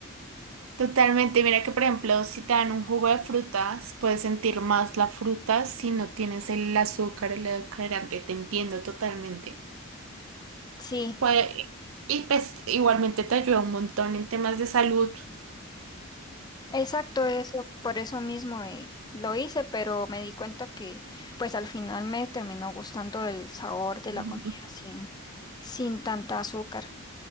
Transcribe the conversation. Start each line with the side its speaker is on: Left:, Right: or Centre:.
Right: totalmente. Mira que, por ejemplo, si te dan un jugo de frutas, puedes sentir más la fruta si no tienes el azúcar, el edulcorante. Te entiendo totalmente.
Left: sí.
Right: Puede- y pues igualmente te ayuda un montón en temas de salud.
Left: Exacto, eso, por eso mismo eh, lo hice, pero me di cuenta que pues al final me terminó gustando el sabor de la
Right: También.
Left: comida sin, sin tanta azúcar.